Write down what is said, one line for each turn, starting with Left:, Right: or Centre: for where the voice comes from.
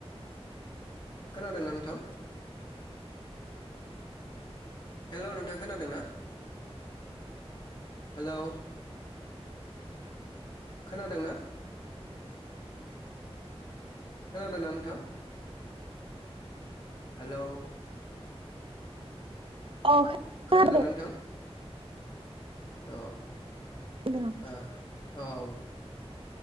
Left: खोनादोंना नोंथां हेलौ नोंथां खोनादों ना हेलौ खोनादोंना खोनादों ना नोंथां हेलौ
Right: अ खोनादों
Left: खोनादोंना नोंथां अ
Right: खोनादों
Left: आ औ